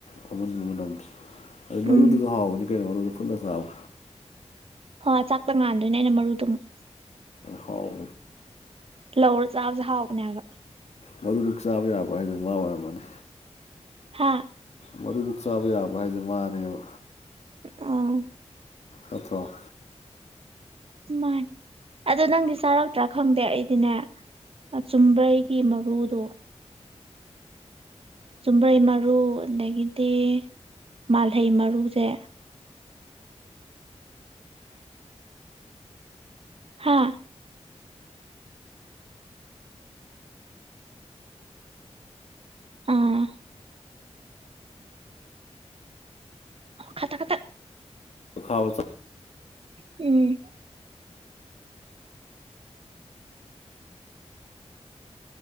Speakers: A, on the left; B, on the right.
A: ꯐꯃꯟꯕ ꯃꯗꯣ ꯑꯗꯨꯗꯩ ꯃꯔꯨꯗꯨꯁꯨ
B: ꯎꯝ
A: ꯍꯥꯎꯒꯅꯤ ꯀꯩꯅꯣ ꯃꯔꯨꯗꯨ ꯐꯨꯠ ꯂ ꯒꯥ ꯆꯥꯕ
B: ꯍꯣꯏ ꯆꯥꯛꯄ ꯉꯥꯟꯗꯣꯏꯅꯦ ꯑꯩꯅ ꯃꯔꯨꯗꯨꯃꯨꯛ
A: ꯍꯥꯎ
B: ꯂꯧꯔ ꯆꯥꯕꯁꯦ ꯍꯥꯥꯎꯕꯅꯦ ꯌꯥꯝ
A: ꯃꯔꯨ ꯃꯨꯛ ꯆꯥꯕ ꯌꯥꯕ ꯍꯥꯏꯗꯨꯅ ꯃꯥ ꯑꯣꯏꯔꯝꯃꯅꯤ
B: ꯍꯥꯥ
A: ꯃꯔꯨ ꯃꯛ ꯆꯥꯕ ꯌꯥꯕ ꯍꯥꯏꯁꯦ ꯃꯥꯅꯦꯕ
B: ꯑꯣ
A: ꯅꯠꯇ꯭ꯔꯣ
B: ꯃꯥꯅꯤ ꯑꯗ ꯅꯪꯗꯤ ꯆꯥꯔꯛꯇ꯭ꯔꯥ ꯈꯪꯗꯦ ꯑꯩꯗꯤꯅꯦ ꯆꯨꯝꯕ꯭ꯔꯩꯒꯤ ꯃꯔꯨꯗꯣ ꯆꯨꯝꯕ꯭ꯔꯩ ꯃꯔꯨ ꯑꯗꯒꯤꯗꯤ ꯃꯥꯜꯍꯩ ꯃꯔꯨꯁꯦ ꯍꯥꯥ ꯑꯥ ꯈꯥ ꯇꯥꯛ ꯈꯥꯇꯥꯛ
A: ꯈꯥꯎ <inaudible>
B: ꯎꯝ